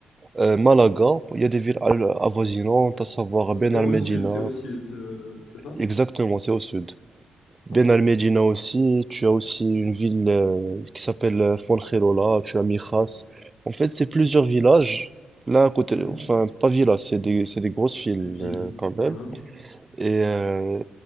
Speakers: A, on the right; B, on the left.
A: euh, Malaga. Il y a des villes al- avoisinantes, à savoir Ben
B: C'est
A: Al
B: au
A: Medina.
B: sud, c'est au sud, euh, c'est ça?
A: Exactement, c'est au sud. Ben
B: Ah oui.
A: al Medina aussi, tu as aussi une ville euh, qui s'appelle euh, Fuengirola, tu as Mijas. En fait, c'est plusieurs villages. Là, à côté,
B: Mhm.
A: enfin, pas villages, c'est des, c'est des grosses villes
B: Ville.
A: euh, quand même.
B: Mhm.
A: Et euh,